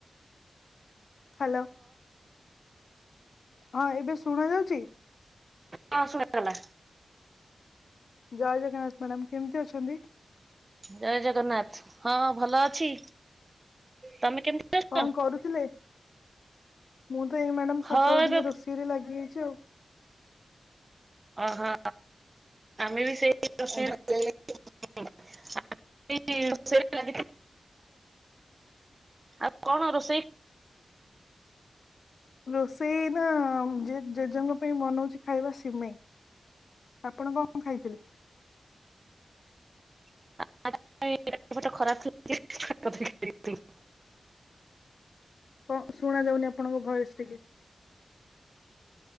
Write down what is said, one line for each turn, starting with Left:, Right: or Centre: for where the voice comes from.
Left: ହ୍ୟାଲୋ ହଁ ଏବେ ଶୁଣା ଯାଉଛି?
Right: ହଁ ଶୁଣାଗଲା।
Left: ଜୟ ଜଗନ୍ନାଥ ମ୍ୟାଡ଼ାମ କେମିତି ଅଛନ୍ତି।
Right: ଜୟ ଜଗନ୍ନାଥ ହଁ ଭଲ ଅଛି। ତମେ କେମିତି ଅଛ?
Left: କଣ କରୁଥିଲେ ମୁଁ ତ ଏଇ ମ୍ୟାଡାମ ସକାଳୁ
Right: ହଁ ଏବେ
Left: ଟିକେ ରୋଷେଇରେ ଲାଗିଯାଇଛି ଆଉ
Right: ଓହୋ ଆମେ ବି ସେଇ୍ <unintelligible> <unintelligible> ଆଉ କଣ ରୋଷେଇ
Left: ରୋଷେଇ ନା ଜେଜେଙ୍କ ପାଇଁ ବନଉଛି ଖାଇବା ସିମେଇ। ଆପଣ କଣ ଖାଇଥିଲେ?
Right: <inaudible>
Left: କଣ ଶୁଣା ଯାଉନି ଆପଣଙ୍କ ଭଏସ୍ ଟିକେ?